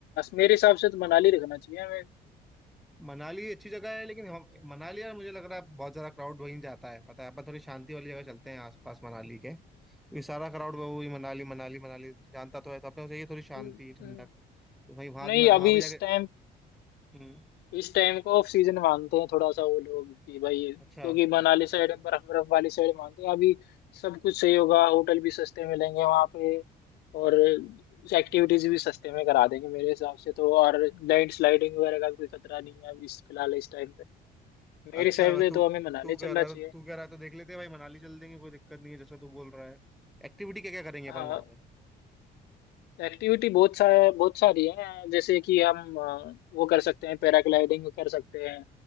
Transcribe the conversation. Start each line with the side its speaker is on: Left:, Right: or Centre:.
Left: मेरे हिसाब से तो मनाली रखना चाहिए हमें
Centre: मनाली अच्छी जगह है लेकिन हम मनाली यार मुझे लग रहा है बहुत ज़्यादा क्राउड वहीं जाता है पता है अपन थोड़ी शांति वाली जगह चलते हैं आसपास मनाली के ये सारा क्राउड वो ही मनाली मनाली मनाली जानता तो है तो अपने को चाहिए थोड़ी शांति
Left: हम्म,
Centre: ठंडक
Left: हम्म,
Centre: तो भाई वहाँ
Left: नहीं
Centre: भी वहाँ
Left: अभी
Centre: भी
Left: इस
Centre: जाके
Left: टाइम
Centre: हम्म,
Left: इस टाइम को ऑफ सीजन मानते हैं थोड़ा सा वो लोग कि भाई
Centre: अच्छा
Left: क्योंकि मनाली साइड बर्फ बर्फ वाली साइड मानते हैं अभी सब कुछ सही होगा होटल भी सस्ते मिलेंगे वहाँ पे और एक्टिविटीज भी सस्ते में करा देंगे मेरे हिसाब से तो और लैंड स्लाइडिंग वगैरह का कोई खतरा नहीं है अभी इस फिलहाल इस टाइम पे मेरे
Centre: अच्छा
Left: हिसाब से
Centre: तू
Left: तो हमें मनाली
Centre: तू
Left: चलना
Centre: कह रहा
Left: चाहिए
Centre: है तू कह रहा है तो देख लेते हैं भाई मनाली चल देंगे कोई दिक्कत नहीं है जैसा तू बोल रहा है एक्टिविटी क्या क्या करेंगे
Left: हाँ
Centre: अपन वहां पे
Left: एक्टिविटी बहुत सा बहुत सारी है जैसे कि हम अ, वो कर सकते हैं पैराग्लाइडिंग कर सकते हैं